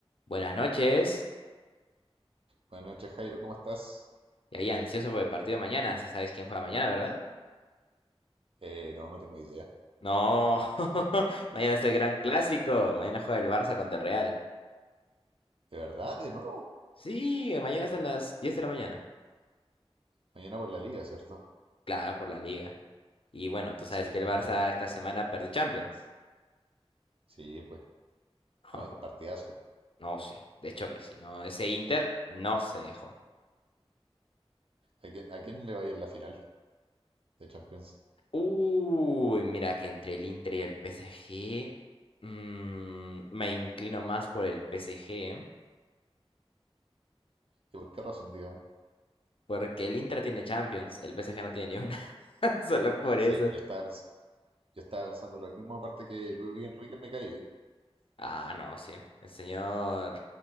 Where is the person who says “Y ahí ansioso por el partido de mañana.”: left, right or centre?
Left